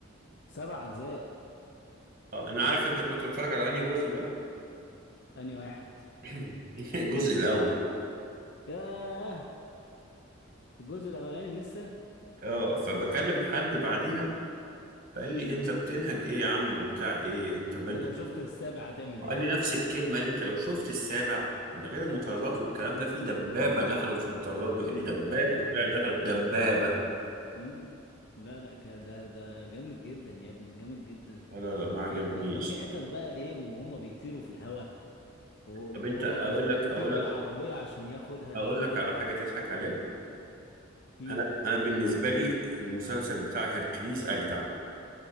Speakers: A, on the left (about 60°); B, on the right (about 45°).
A: سبع اجزاء
B: اه انا عارف انت كنت بتتفرج على انهي جزء بقى
A: انهي واحد
B: <clears throat> <laughs> الجزء الاول
A: ياه الجزء الاولاني لسه
B: اه فبكلم حد بعديها فقال لي انت بتنهج ايه يا عم وبتاع ايه انت بنت
A: امال لو شفت السابع هتعمل
B: قال
A: ايه
B: لي نفس الكلمه قال لي انت لو شفت السابع ده غير المطاردات والكلام ده في دبابه دخلت في المطاردات بيقول لي دبابه
A: اه يا عم
B: طلعت دخلت دبابه
A: امم لا لا ك- ده ده جامد جدا يا ابني جامد جدا
B: لا لا لا ما عجبنيش
A: لا لا ده في حتت بقى ايه وهم بيطيروا في الهواء وهو
B: طب انت اقول
A: بي
B: لك
A: بيطير
B: اقول
A: بالعربية
B: لك
A: عشان ياخدها
B: اقول لك على حاجه تضحك عليها
A: امم
B: انا انا بالنسبه لي المسلسل بتاع هيركليز اجدع